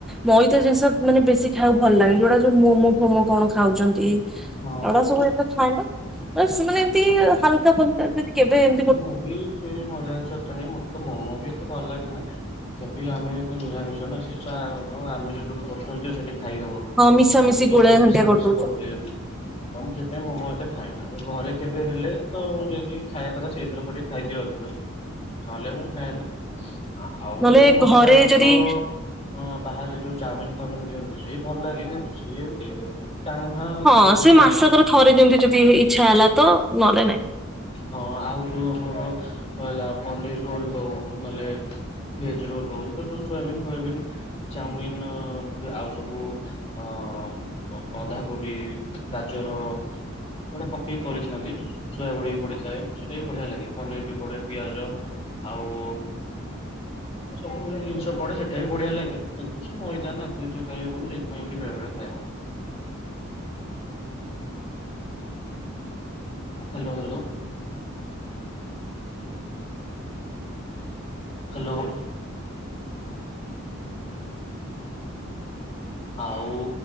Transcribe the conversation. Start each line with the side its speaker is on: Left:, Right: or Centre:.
Centre: ମଇଦା ଜିନିଷ ମାନେ ବେଶୀ ଖାଇବାକୁ ଭଲ ଲାଗେନି ଯୋଉ ଗୁଡା ଯୋଉ ମୋମୋ ଫୋମୋ କଣ ଖାଉଛନ୍ତି ଏଗୁଡା
Left: ହଁ।
Centre: ସବୁ ଏତେ ଖାଏନା ସେ ମାନେ ଏମିତି ହାଲକା ଫୁଲକା କେବେ ଏମ
Left: ମୁଁ ମୁଁ ଵି ମଇଦା ଜିନିଷ ଏତେ ନାହିଁମୋତେ ତ ମୋମୋ ବି ଏତେ ଭଲ ଲାଗେନା ତଥାପି ଆମେ ତ ନିରାମିଷ ନା ସିଏ <unintelligible> ଆମିଷ ସେଉଠୁ କରୁଛନ୍ତି ସେଠିକି ଖାଇହବ
Centre: ହଁ ମିଶାମିଶି
Left: ମିଶ ସବୁ
Centre: ଗୋଳେଇ
Left: ମିଶାମିଶି
Centre: ଘାଣ୍ଟିଆ କରିଦଉଛନ୍ତି
Left: କରିଦିଅନ୍ତି। ତ ମୁଁ ସେଥିପାଇଁ ମୋମୋ ଏତେ ଖାଏନା ଘରେ କେବେ ହେଲେ ତ ଯଦି ଖାଇ କଥା ସେଇଥର କ ଟିକେ ଖାଇଦିଏ ଅଧିକ ନହେଲେ ମୁଁ ଖାଏ ନା ଆଉ
Centre: ନହେଲେ
Left: ଏମିତି ମଇଦା
Centre: ଘରେ
Left: ଜିନିଷ
Centre: ଯଦି
Left: ଅ ହଁ ବାହାରେ ଯୋଉ ଚାଉମିନ ଫାଉମିନ ଦିଅନ୍ତୁ ସିଏ ଭଲ ଲାଗେ କିନ୍ତୁ ସିଏ ଏମିତି ଇ କାଁ ଭାଁ
Centre: ହଁ
Left: ଦିନେ ଦିନେ
Centre: ସେ
Left: ଖାଇଦଉଛି
Centre: ମାସକରେ ଥରେ ଯେମିତି ଯଦି ଇଚ୍ଛା ହେଲା ତ ନହେଲେ ନାଇଁ
Left: ହଁ ଆଉ ଯୋଉ ଆମର ହେଲା ପନିର ରୋଲ ହଉ ନହେଲେ ଭେଜ ରୋଲ ହଉ ସେ ତ ସବୁ ସୋୟାବିନ ଫୋୟାବିନ ଚାଉମିିନ ଆ -ଆଉ ସବୁ ଅ ବ ବନ୍ଧାକୋବି ଗାଜର ଏଗୁଡା ପକେଇକି କରିଥାନ୍ତି ସୋୟା ବଡି ଵି ପଡିଥାଏ ସେଟା ବି ବଢିଆ ଲାଗେ ପନିର ବି ପଡେ ପିଆଜ ଆଉ ସବୁ ଜିନିଷ ପଡେ ସେଟା ବି ବଢିଆ ଲାଗେ କିନ୍ତୁ ସେ ମଇଦା ନା ଯେହେତୁ ଖାଇ ହବନି ସେଇଥିପାଇଁ ଏମିତି ବେଳେବେଳେ ଖାଇବାକୁ ହାଲୋ ହାଲୋ ହାଲୋ ଆଉ